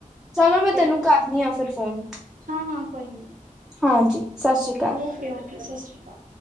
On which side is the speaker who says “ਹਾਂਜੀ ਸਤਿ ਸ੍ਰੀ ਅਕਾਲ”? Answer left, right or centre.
Centre